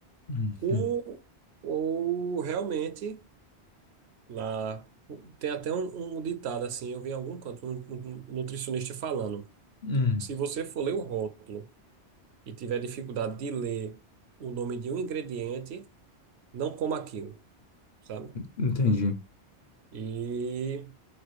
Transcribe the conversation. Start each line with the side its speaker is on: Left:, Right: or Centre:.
Left: Uhum.
Right: o, o realmente Lá tem até um, um ditado assim, eu vi em algum canto um, um nutricionista falando.
Left: Hum,
Right: Se você for ler o rótulo e tiver dificuldade de ler o nome de um ingrediente, não coma aquilo, sabe?
Left: entendi.
Right: E